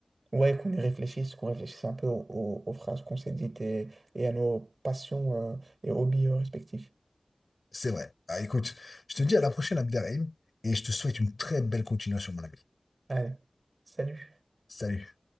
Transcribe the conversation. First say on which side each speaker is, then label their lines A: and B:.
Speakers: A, on the right; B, on the left.
A: Ouais, qu'on y réfléchisse, qu'on réfléchisse un peu aux, aux- aux phrases qu'on s'est dites et, et à nos passions, euh, et hobbies euh, respectifs.
B: C'est vrai. Ah, écoute, je te dis à la prochaine, Abderrahim, et je te souhaite une très belle continuation, mon ami.
A: Allez, salut.
B: Salut.